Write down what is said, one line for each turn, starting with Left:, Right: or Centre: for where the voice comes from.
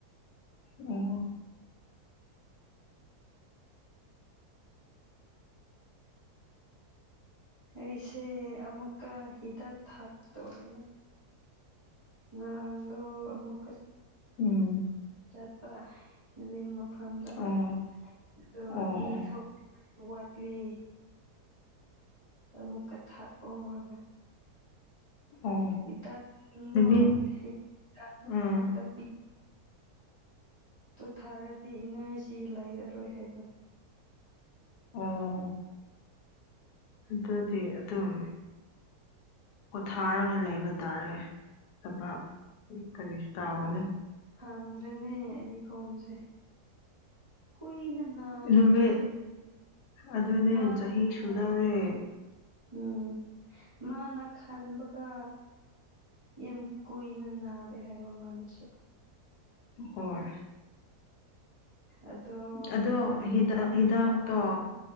Left: ꯑꯣ
Right: ꯑꯩꯁꯦ ꯑꯃꯨꯛꯀ ꯍꯤꯗꯥꯛ ꯊꯛꯇꯣꯔꯤꯅꯤ ꯉꯔꯥꯡꯗꯣ ꯑꯃꯨꯛꯀ
Left: ꯎꯝ
Right: ꯆꯠꯄ ꯂꯤꯡ ꯃꯐꯝꯗ
Left: ꯑꯣ
Right: ꯑꯗꯣ
Left: ꯑꯣ
Right: ꯏ
Left: ꯑꯣ
Right: ꯊꯣꯛ ꯋꯥꯠꯂꯤ ꯑꯃꯨꯛꯀ ꯊꯛꯑꯣꯑꯕ
Left: ꯑꯣ
Right: ꯍꯤꯗꯥꯛꯁꯤꯡꯗꯣ
Left: ꯅꯨꯃꯤꯠ
Right: ꯍꯤꯗꯥꯛ
Left: ꯎꯝ
Right: ꯈꯛꯇ ꯄꯤ ꯇꯨ ꯊꯛꯔꯗꯤ ꯏꯅꯔꯖꯤ ꯂꯩꯔꯔꯣꯏ ꯍꯥꯏꯕ
Left: ꯑꯣ ꯑꯗꯨꯗꯤ ꯑꯗꯨꯝ ꯄꯣꯊꯥꯔꯒ ꯂꯩꯕ ꯇꯥꯔꯦ ꯊꯕꯥꯛ ꯀꯔꯤꯁꯨ ꯇꯥꯎꯒꯅꯨ
Right: ꯈꯪꯗ꯭ꯔꯦꯅꯦ ꯑꯩꯒꯤ ꯈꯣꯡꯁꯦ ꯀꯨꯏꯅ ꯅꯥꯔꯦ
Left: ꯅꯨꯃꯤꯠ ꯑꯗꯨꯅꯦ
Right: ꯃꯥꯅꯁꯨ
Left: ꯆꯍꯤ ꯁꯨꯗꯧꯔꯦ
Right: ꯍꯥꯏꯌꯦ ꯎꯝ ꯃꯥꯅ ꯈꯟꯕꯒ ꯌꯥꯝ ꯀꯨꯏꯅ ꯅꯥꯔꯦ ꯍꯥꯏꯕ ꯃꯥꯅꯁꯨ
Left: ꯍꯣꯏ
Right: ꯑꯗꯣ
Left: ꯑꯗꯣ
Right: ꯅꯨꯃꯤꯠ
Left: ꯍꯤꯗꯥꯛ
Right: ꯑꯅꯤ
Left: ꯍꯤꯗꯥꯛꯇꯣ
Right: ꯊꯛꯑꯣ